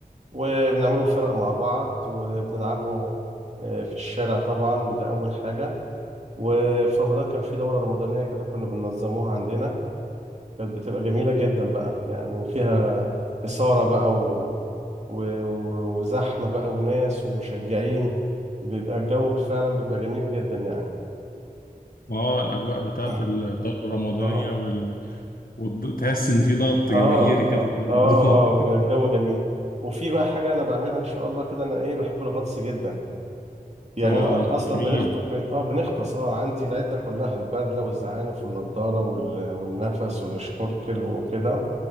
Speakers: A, on the right; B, on the left.
A: وبنعمله فرق مع بعض وبنلعبه آه، في الشارع طبعا ده أول حاجة وفي رمضان كان في دورة رمضانية كده كنا بننظموها عندنا كانت بتبقى جميلة جدا بقى يعني فيها إثارة بقى و... و... و- وزحمة بقى وناس ومشجعين بيبقى الجو فعلا بيبقى جميل جدا يعني
B: اه الاجواء بتاعت
A: <coughs>
B: الدوره
A: <clears throat>
B: الرمضانيه
A: اه
B: وال... وتحس ان في ضغط
A: اه
B: جماهيري كده
A: اه
B: في الموضوع
A: اه اه بيبقى الجو جميل وفي بقى حاجة أنا بعملها إن شاء الله كده أنا إيه بحب الغطس جدا يعني
B: <laughs> اه
A: انا اصلا
B: جميل
A: بنخت... بن... اه بنغطس اه عندي العده كلها البدله والزعانف والنضاره وال... والنفس والشنوركل وكده